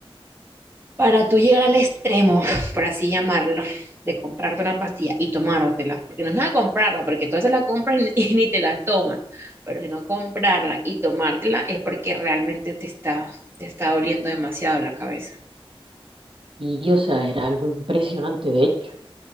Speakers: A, on the right; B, on the right.
A: Para tú llegar al extremo, <laughs> por así llamarlo, de comprarte una pastilla y tomártela, porque no es nada comprarla, porque tú se la compras y, <laughs> y ni te la tomas, pero si no comprarla y tomártela es porque realmente te está, te está doliendo demasiado la cabeza.
B: Y, o sea, era algo impresionante. De hecho,